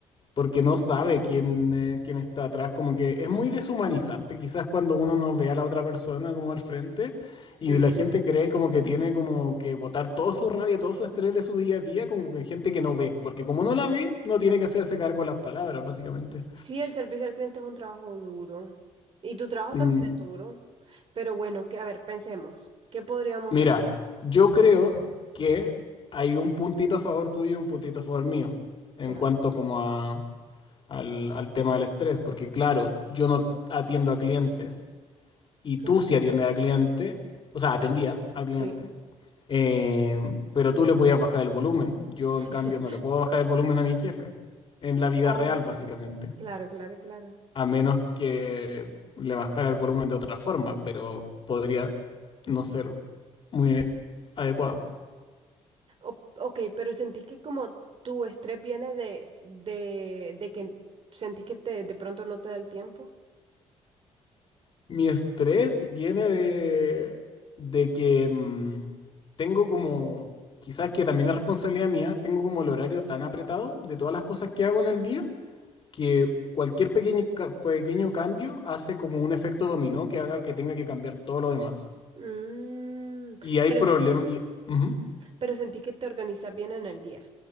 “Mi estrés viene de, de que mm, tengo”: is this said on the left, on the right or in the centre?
Left